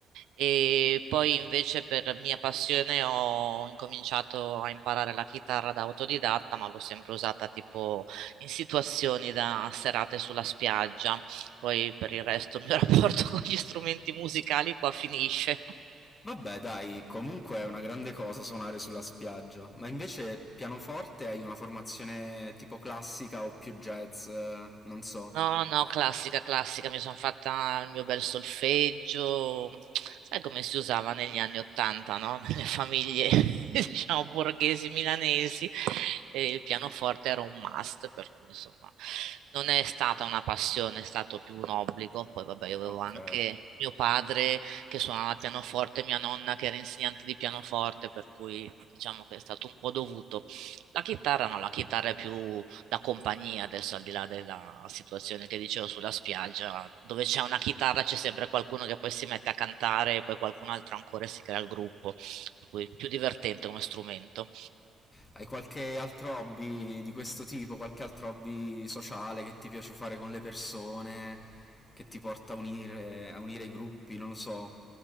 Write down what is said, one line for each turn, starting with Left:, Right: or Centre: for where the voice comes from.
Right: E poi invece per mia passione ho incominciato a imparare la chitarra da autodidatta, ma l'ho sempre usata tipo in situazioni da serate sulla spiaggia. Poi per il resto il mio <laughs> rapporto con gli strumenti musicali qua finisce.
Left: Vabbè, dai, comunque è una grande cosa suonare sulla spiaggia. Ma invece pianoforte hai una formazione tipo classica o più jazz? eh, Non so.
Right: No, no, classica, classica, mi sono fatta il mio bel solfeggio, sai come si usava negli anni Ottanta, no? Nelle famiglie, <laughs> diciamo, borghesi milanesi, e il pianoforte era un must, per cui insomma non è stata una passione, è stato più un obbligo. Poi vabbè, io avevo
Left: Ok.
Right: anche mio padre che suonava il pianoforte, mia nonna che era insegnante di pianoforte, per cui diciamo che è stato un po' dovuto. La chitarra no, la chitarra è più la compagnia, adesso al di là della situazione che dicevo sulla spiaggia, dove c'è una chitarra c'è sempre qualcuno che poi si mette a cantare e poi qualcun altro ancora si crea il gruppo, per cui più divertente come strumento.
Left: Hai qualche altro hobby di questo tipo? Qualche altro hobby sociale che ti piace fare con le persone? Che ti porta a unire, a unire i gruppi? Non lo so.